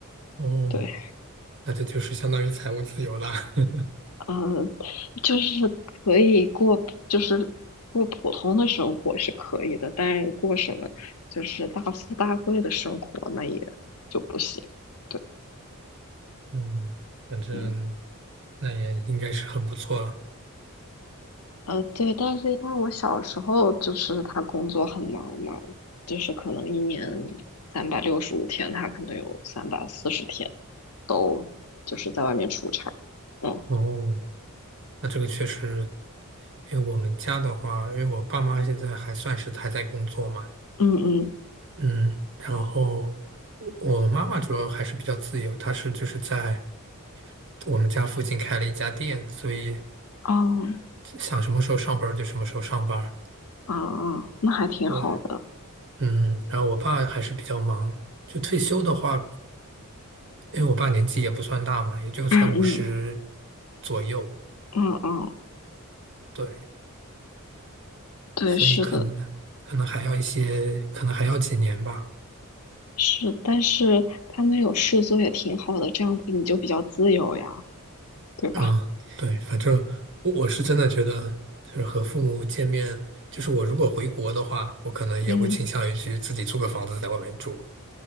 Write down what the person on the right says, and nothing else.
哦，
那这就是相当于财务自由啦。<laughs>
嗯，反正
那也应该是很不错了。
哦，那这个确实，因为我们家的话，因为我爸妈现在还算是还在工作嘛，
嗯，然后我我妈妈主要还是比较自由，她是就是在我们家附近开了一家店，所以
想什么时候上班儿就什么时候上班儿
对。嗯，然后我爸还是比较忙，就退休的话，因为我爸年纪也不算大嘛，也就才五十
左右，
对，
所以可能可能还要一些，
可能还要几年吧。
嗯，对，反正我我是真的觉得，就是和父母见面，就是我如果回国的话，我可能也会倾向于去自己租个房子在外面住。